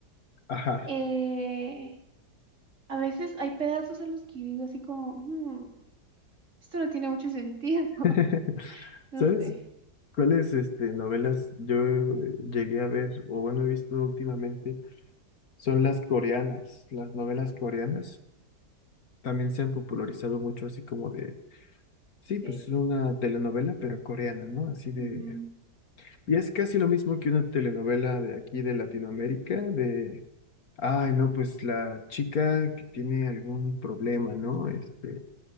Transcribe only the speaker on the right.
eh, a veces hay pedazos en los que yo digo así como, "Mm, esto no tiene mucho sentido,
<laughs> no
sé,
sí.
ujú.